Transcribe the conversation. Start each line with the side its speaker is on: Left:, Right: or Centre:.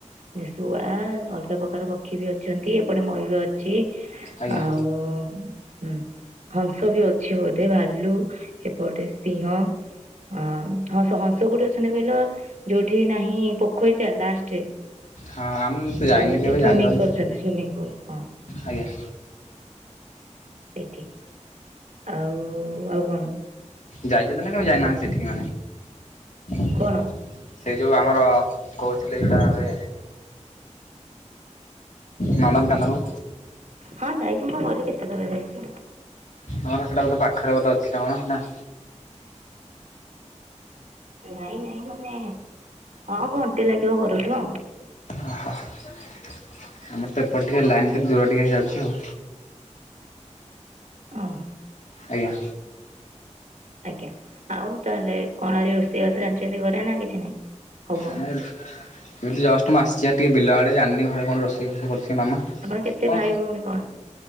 Right: ନି ଶୁଆ ଅଲଗା ପ୍ରକାର ପକ୍ଷୀ ବି ଅଛନ୍ତି ଏପଟେ ମୟୂର ଅଛି।
Left: ଆଜ୍ଞା
Right: ଆଉ ହୁଁ ହଂସ ବି ଅଛି ବୋଧେ ଭାଲୁ ଏପଟେ ସିଂହ ହଁ ହଂସ-ହଂସ କୋଉଠି ଅଛନ୍ତି କହିଲ ଯୋଉଠି ନାହିଁ ପୋଖରୀଟା ଲାଷ୍ଟେ ଯୋଉ
Left: ହଁ ଆମେ ତ ଯାଇନୁ
Right: ଗୋଟେ
Left: କେବେ
Right: ସୁଇମିଂ
Left: ଜାଣିପାରୁନୁ
Right: କରୁଛନ୍ତି ସୁଇମିଂ ପୁଲ୍ ହଁ।
Left: ଆଜ୍ଞା।
Right: ସେଇଠି। ଆଉ ଆଉ କଣ?
Left: ଯାଇଚନ୍ତି ନା କେବେ ଯାଇନାହାନ୍ତି ସେଠିକି ମାନେ?
Right: କଣ?
Left: ସେଇ ଯୋଉ ଆମର କହୁଥିଲେ ଯୋଉଟା ଏବେ। ନନ୍ଦନକାନନକୁ
Right: ହଁ ଯାଇଚି ମୁଁ ପା କହିଲେ କେତେ ଥର ଯାଇଚି।
Left: ତମର ସେଟା ବୋଧ ପାଖରେ ବୋଧ ଅଛି ନା କଣ ନା?
Right: ନାଇଁ ନାଇଁ ମାନେ ହଁ ଘଣ୍ଟେ ଲାଗିବ ଘରଠୁ ଆଉ।
Left: ଓହ ଆମର ତ ଏପଟେ ଟିକେ ଲାଇନଟା ଦୂର ଟିକେ ହେଇଯାଉଛି ଆଉ।
Right: ଓହୋ।
Left: ଆଜ୍ଞା।
Right: ଆଜ୍ଞା ଆଉ ତାହେଲେ କଣ ଆଳି ରୋଷେଇ ବାସ ରାନ୍ଧିଛନ୍ତି ଘରେ ନା କିଛି ନାହିଁ? ହବ
Left: ନା ଏ ଏମିତି ଜଷ୍ଟ ମୁଁ ଆସଚି ଭାରି ଟିକେ ବିଲ ଆଡେ ଜାଣନି ଘରେ କଣ ରୋଷେଇ ଫୋଷେଇ କରୁଥିବେ ମାମା।
Right: ଆପଣ କେତେ
Left: କଣ
Right: ଭାଇ ଭୋଉଣୀ କଣ?